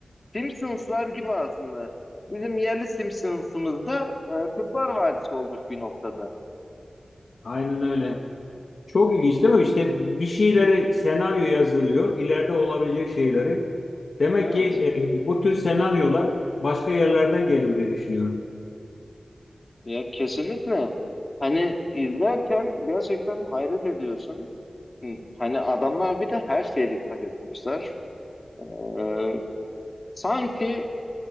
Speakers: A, on the left; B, on the left.
A: Simpsonslar gibi aslında. Bizim yerli Simpsons'ımızda e, Kurtlar Vadisi olmuş bir noktada.
B: Aynen öyle. Çok ilginç değil mi? İşte bir şeyleri senaryo yazılıyor. ileride olabilecek şeyleri. Demek
A: Evet.
B: ki e, bu tür senaryolar başka yerlerden geliyor diye düşünüyorum.
A: Ya kesinlikle. Hani izlerken gerçekten hayret ediyorsun. Hani adamlar bir de her şeye dikkat etmişler. Ee, sanki